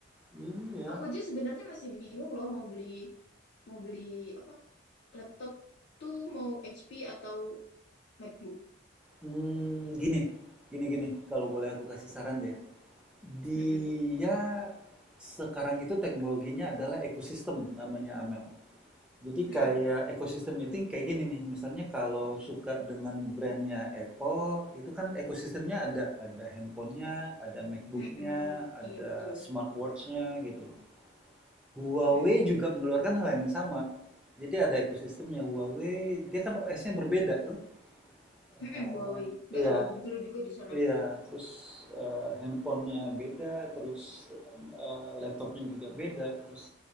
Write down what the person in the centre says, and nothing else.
Ini ya.
Hmm, gini, gini, gini. Kalau boleh aku kasih saran ya. Dia
sekarang itu teknologinya adalah ekosistem namanya Amel. Jadi kayak
ekosistem itu kayak gini nih, misalnya kalau suka dengan brandnya Apple, itu kan ekosistemnya ada, ada handphonenya, ada MacBooknya,
ada
smartwatchnya gitu loh. Huawei
juga mengeluarkan hal yang sama. Jadi ada ekosistemnya Huawei, dia kan OS-nya berbeda tuh. Eh,
Iya,
Iya, terus, eee, handphone beda, terus, eee, laptopnya juga beda, terus